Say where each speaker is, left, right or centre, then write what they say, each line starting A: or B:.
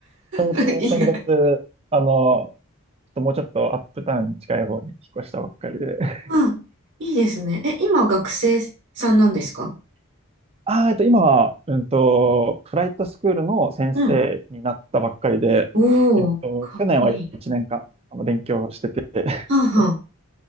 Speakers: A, on the right; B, on the right.
A: ちょうど先月、
B: ー <laughs> 意外。
A: あの、もうちょっとアップタウンに近い方に引っ越したばっかりで。<laughs>
B: あ、いいですね。え、今学生さんなんですか
A: あー、えっと、今は、うんと、フライトスクールの先生になったばっかりで、
B: うん。おお、
A: えっと、
B: かっこいい。
A: 去年は1年間、あの、勉強してて。<laughs>
B: はあはあ。